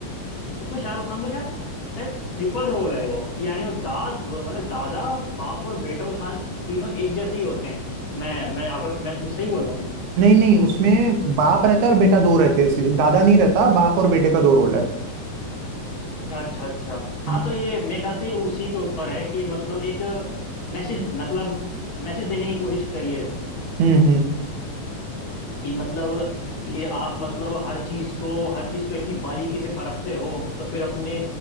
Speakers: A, on the left (about 40°); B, on the right (about 75°).
A: उसमें शाहरुख खान का शायद शायद ट्रिपल रोल है वो कि यानी वो दाद वो मतलब दादा बाप और बेटा वो शायद तीनों एक जैसे ही होते हैं मैं मैं अगर मैं मैं सही बोल रहा हूँ
B: नहीं नहीं उसमें बाप रहता है और बेटा दो रहते हैं दादा नहीं रहता बाप और बेटे का दो रोल है
A: अच्छा अच्छा अच्छा
B: हम्म
A: हाँ तो ये मेरे ख्याल से ये उसी के ऊपर है कि मतलब एक मैसेज मतलब मैसेज देने की कोशिश करी है इसमें
B: हम्म
A: कि मतलब कि आप मतलब हर चीज को हर चीज को इतनी बारीकी से परखते हो तो फिर अपने